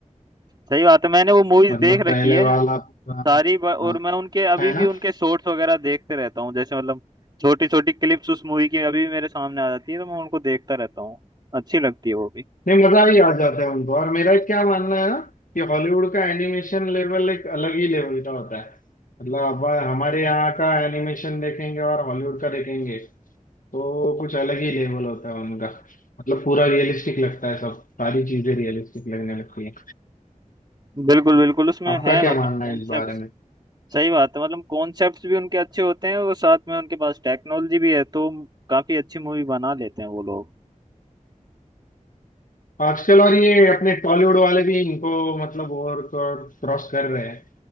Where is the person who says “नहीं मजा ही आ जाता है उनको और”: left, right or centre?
Left